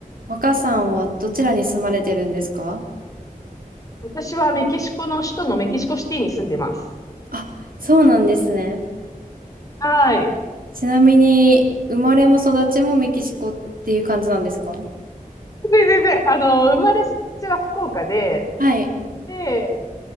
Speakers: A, on the right; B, on the left.
A: 若さんはどちらに住まれてるんですか
B: 私はメキシコの首都のメキシコシティに住んでます。
A: あ、そうなんですね。
B: はい。
A: ちなみに、生まれも育ちもメキシコっていう感じなんですか
B: で、全然、あの、生まれ育ちは福岡で、
A: はい。
B: で、